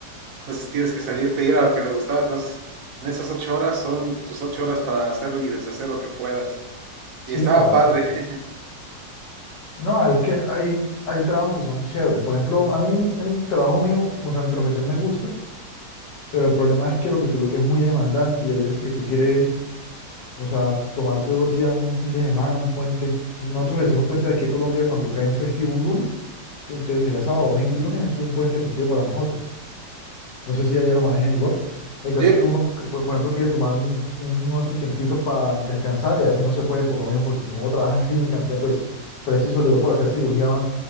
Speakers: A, on the right (about 60°); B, on the left (about 70°).
A: entonces tienes que salirte, y era lo que me gustaba. Entonces, en esas ocho horas son tus ocho horas para hacer y deshacer lo que puedas.
B: Sí,
A: Y estaba
B: claro.
A: padre. <laughs>
B: No, hay que hay, hay trabajos que son chéveres. Por ejemplo, a mí el trabajo mío, o sea, mi profesión me gusta, pero el problema es que lo que te digo que es muy demandante y hay veces que tú quieres, o sea, tomarte dos días, un fin de semana, un puente. Nosotros le decimos puente de aquí a Colombia cuando cae un festivo un lunes, ¿sí? Entonces sería sábado, domingo y lunes, eso es un puente festivo para nosotros. No sé si allá lo manejen igual. El caso
A: Sí,
B: es que uno, que, por por ejemplo, quiere tomar un- uno de sus tiempitos para descansar y a veces no se puede por lo mismo, porque como uno trabaja en clínica, antes pues preciso le dio por hacer cirugía